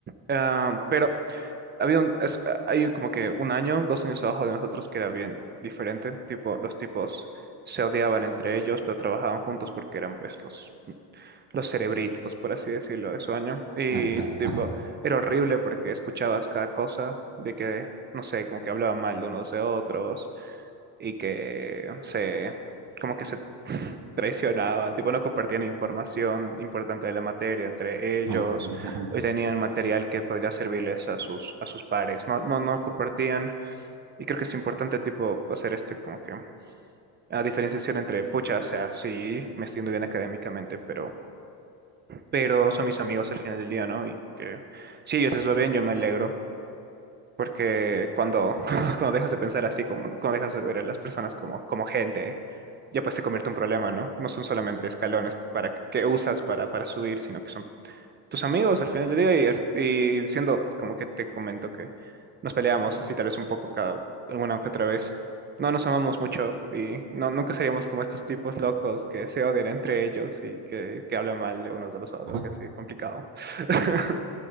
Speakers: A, on the right; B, on the right.
A: Ah, pero Había un, es, hay como que un año, dos años abajo de nosotros que era bien diferente. Tipo, los tipos se odiaban entre ellos, pero trabajaban juntos porque eran pues los, los cerebritos, por así decirlo, de su año. Y
B: claro, claro,
A: tipo,
B: ajá,
A: era horrible porque escuchabas cada cosa de que, no sé, como que hablaban mal de unos de otros y que se, como que se traicionaban, tipo no compartían información importante de la materia entre ellos,
B: claro, ajá,
A: o tenían material que podría servirles a sus, a sus pares, no, no, no compartían, y creo que es importante tipo hacer este como que la diferenciación entre, pucha, o sea, sí, me estoy yendo bien académicamente, pero, pero son mis amigos al final del día, ¿no? Y que si a ellos les va bien, yo me alegro, porque cuando, <laughs> cuando dejas de pensar así, como, cuando dejas de ver a las personas como, como gente, ya pues te convierte en un problema, ¿no? No son solamente escalones que, para, que usas para, para subir, sino que son tus amigos al final del día. Y, al- y siendo como que te comento que nos peleamos así tal vez un poco cada alguna que otra vez. No nos amamos mucho y no, nunca seríamos como estos tipos locos que se odian entre ellos y que, que hablan mal de unos de los otros
B: ajá.
A: y así, complicado. <laughs>